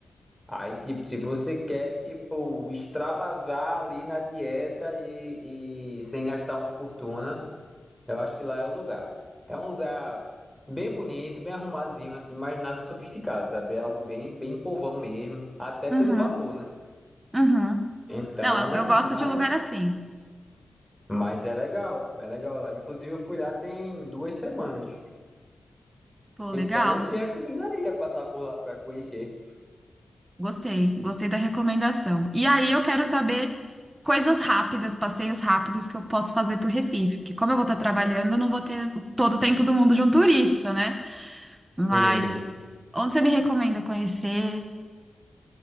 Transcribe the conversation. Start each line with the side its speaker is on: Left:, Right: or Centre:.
Centre: Aí, tipo, se você quer, tipo, extravasar ali na dieta e e sem gastar uma fortuna, Eu acho que lá é o lugar. É um lugar bem bonito, bem arrumadinho, assim, mas nada sofisticado, sabe? É algo bem, bem povão mesmo, até
Right: Uhum.
Centre: pelo valor, né?
Right: Uhum.
Centre: Então,
Right: Não, eu, eu gosto
Centre: mas,
Right: de um lugar assim.
Centre: mas é legal, é legal lá. Inclusive, eu fui lá tem duas semanas.
Right: Pô, legal.
Centre: Então, eu te recomendaria passar por lá para conhecer.
Right: Gostei, gostei da recomendação. E aí eu quero saber coisas rápidas, passeios rápidos que eu posso fazer por Recife, Que como eu vou estar trabalhando, eu não vou ter todo o tempo do mundo de um turista, né? Mas
Centre: Sim.
Right: onde você me recomenda conhecer?